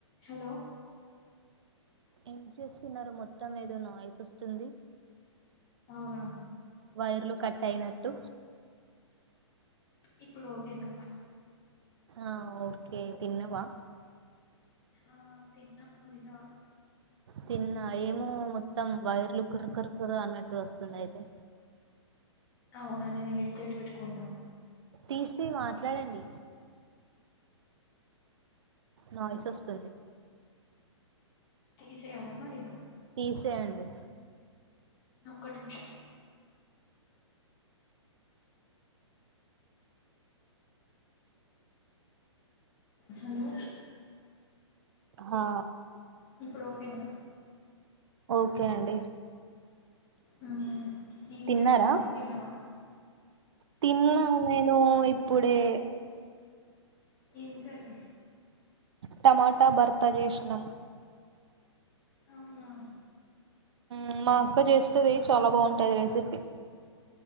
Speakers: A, on the left; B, on the right.
A: Hello
B: ఏం చేూస్తున్నారు మొత్తం ఏదో నాయిస్ వస్తుంది
A: అవునా
B: వైర్లు కట్ అయినట్టు
A: ఇప్పుడు ఓకేనా
B: ఆ ఓకే తిన్నవా
A: ఆ తిన్న నువ్ తిన్నావా
B: తిన్నా ఏమో మొత్తం వైర్లు కుర్ కుర్ కుర్ అన్నట్టు వస్తుందయితే
A: అవునా నేను హెడ్సెట్ వెట్టుకున్నా.
B: తీసి మాట్లాడండి. నాయిస్ అస్తుంది.
A: తీసే అల మరి
B: తీసేయండి
A: ఒక్క నిమిషం. హలో
B: హా
A: ఇప్పుడు ఓకేనా
B: ఓకే అండి.
A: మ్మ్ ఏం
B: తిన్నారా,
A: చేస్తున్నావు తిన్నావా
B: తిన్నా నేను ఇప్ పుడే
A: ఏం కర్రి
B: టమాటా భర్త జేసినం.
A: అవునా
B: ఉమ్ మా అక్క చేస్తది చాలా బాగుంటది రెసిపీ.